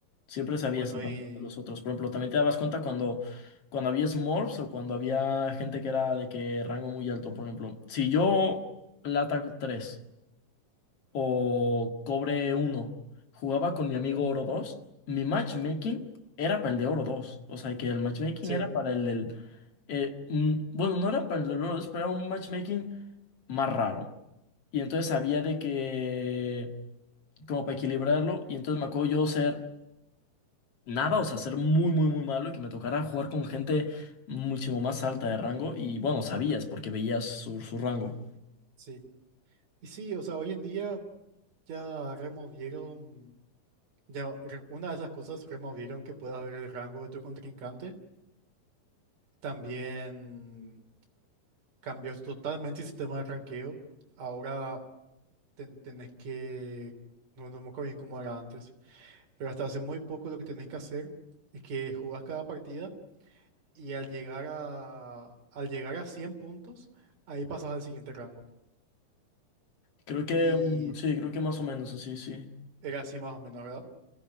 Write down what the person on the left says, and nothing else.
Siempre sabías
el rumbo
de los otros. Por ejemplo, también te dabas cuenta cuando, cuando había smurfs o cuando había gente que era de que rango muy alto. Por ejemplo, si yo Lata 3 o Cobre uno jugaba con mi amigo Oro dos mi matchmaking era para el de Oro dos O sea, que el matchmaking
era para el del... eh, mm, bueno, no era para el de Oro dos pero era un matchmaking más raro. Y entonces había de que, como para equilibrarlo, y entonces me acuerdo yo ser nada, o sea, ser muy, muy, muy malo y que me tocara jugar con gente muchísimo más alta de rango y bueno, sabías porque veías su, su rango.
Creo que,
mm, sí, creo que más o menos así, sí.